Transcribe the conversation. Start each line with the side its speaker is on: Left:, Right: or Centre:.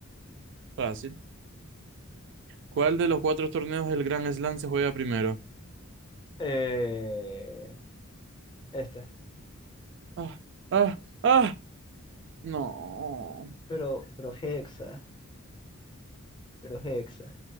Right: fácil. ¿Cuál de los cuatro torneos del Grand Slam se juega primero?
Left: Eh, esta.
Right: Ah, ah, ah, no.
Left: Pero, pero Hexa. Pero Hexa.